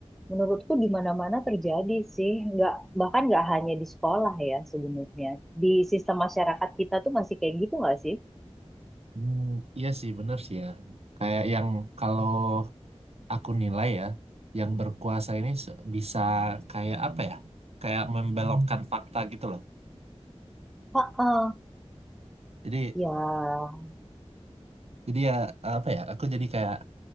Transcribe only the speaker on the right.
Hmm, iya sih bener sih ya. Kayak yang kalau aku nilai ya, yang berkuasa ini se- bisa kayak apa ya? Kayak membelokkan fakta gitu loh.
Jadi
jadi ya apa ya? Aku jadi kayak